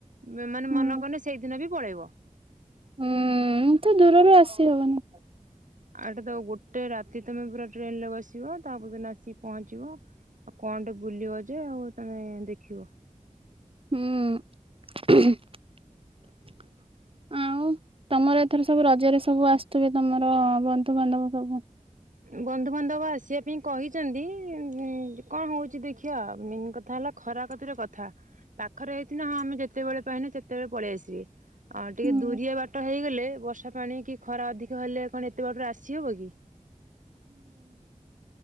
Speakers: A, on the right (about 75°); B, on the right (about 45°).
A: ବେ ମାନେ
B: ହୁଁ
A: ମନକଲେ ସେଇଦିନ ବି ପଳେଇବ।
B: ହୁଁ ତ ଦୂରରୁ ଆସି ହବନି।
A: ଆଉ ଏଟାତ ଗୋଟେ ରାତି ତମେ ପୁରା ଟ୍ରେନରେ ବସିବ ତାପର ଦିନ ଆସିକି ପହଞ୍ଚିବ। ଆଉ କଣ ଟେ ବୁଲିବ ଯେ ଆଉ ତମେ ଦେଖିବ।
B: ହୁଁ। ଆଉ ତମର ଏଥର ସବୁ ରଜରେ ସବୁ ଆସୁଥିବେ ତମର ବନ୍ଧୁବାନ୍ଧବ ସବୁ।
A: ବନ୍ଧୁବାନ୍ଧବ ଆସିବା ପାଇଁ କହିଚନ୍ତି ଅଁ ଅଁ କଣ ହେଉଚି ଦେଖିବା ମେନ୍ କଥା ହେଲା ଖରାକତିର କଥା ପାଖରେ ହେଇଥିନେ ହଁ ଆମେ ଯେତେବେଳେ ପାଇନେ ସେତେବେଳେ ପଳେଇ ଆସିବେ। ଆଉ ଟିକେ
B: ହୁଁ
A: ଦୁରିଆ ବାଟ ହେଇଗଲେ ବର୍ଷା ପାଣି କି ଖରା ଅଧିକ ହେଲେ କଣ ଏତେ ବାଟରୁ ଆସି ହବ କି?